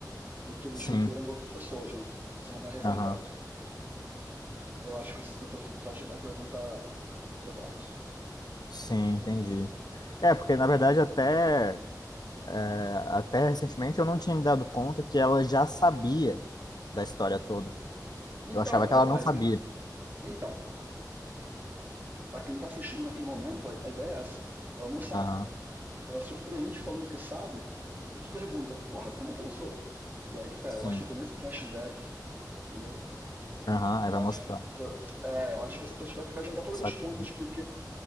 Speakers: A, on the right; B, on the left.
A: do que eles
B: sim,
A: viveram para outras pessoas, né? Eles são mais reservados.
B: aham.
A: Eu acho que o flashback vai contar detalhes.
B: Sim, entendi. É, porque na verdade até, é, até recentemente eu não tinha me dado conta que ela já sabia da história toda.
A: Então,
B: Eu achava que ela não
A: aí,
B: sabia.
A: então, Para quem está assistindo naquele momento, a ideia é essa. Ela não sabe.
B: Aham,
A: Ela surpreende falando que sabe, e tu pergunta, porra, quando é que ela soube? E aí que tá,
B: sim.
A: eu acho que nesse flashback, entendeu?
B: Aham, aí
A: Eu
B: vai
A: acho,
B: mostrar.
A: eu, é, eu acho que esse flashback vai juntar todas
B: Saquei.
A: as pontas que